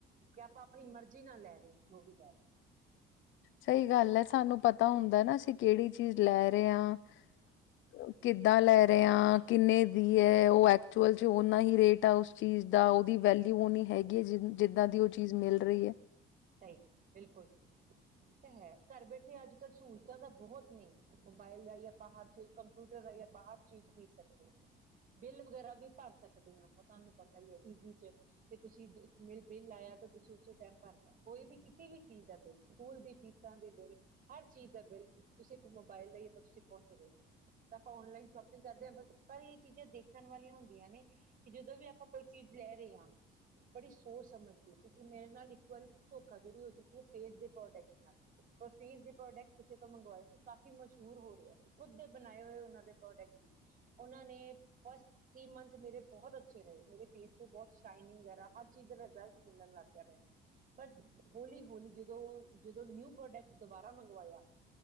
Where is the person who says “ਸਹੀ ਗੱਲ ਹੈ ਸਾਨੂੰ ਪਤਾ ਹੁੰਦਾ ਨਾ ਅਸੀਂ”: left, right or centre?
Left